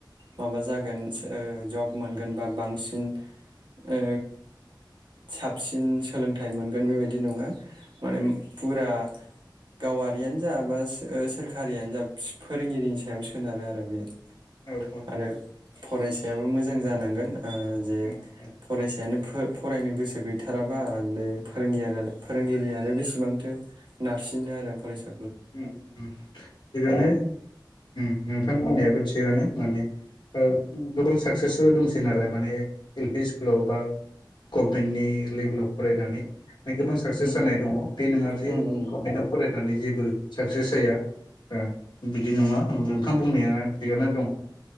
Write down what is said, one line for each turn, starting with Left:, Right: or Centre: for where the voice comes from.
Right: माबा जागोन ओ जब मोनगोन बा बांसिन ओ साबसिन सोलोंथाइ मोनगोन बेबायदि नङा माने
Left: उम
Right: फुरा गावारियानो जा बा ओ सोरखारियानो जा फोरोंगिरि नि सायाव सोनारो आरो बे
Left: औ औ
Right: आरो फरायसायाबो मोजां जानांगोन ओ जे
Left: औ औ
Right: फरायसायानो फ फरायनो गोसो गैथाराबा बे फोरोंगियारा फोरोंगिरिया आरो बेसेबांथो नारसिनो आरो फरायसा
Left: उम उम थिगानो उम नोंथां बुंनाया बेबो थिगानो माने औ उम गोबां साक्सेसव दंसै नालाय माने एल पि स्कुलाव बा गभमेन्टनि लेभेलाव फरायनानै नै गोबां साक्सेस
Right: उम
Left: जानाय दङ बे नङा जे
Right: उम
Left: गभमेन्टआव फराय नानै जेबो साक्सेस जाया ओ बिदि नङा नोंथां बुंनाया थिगानो दङ उम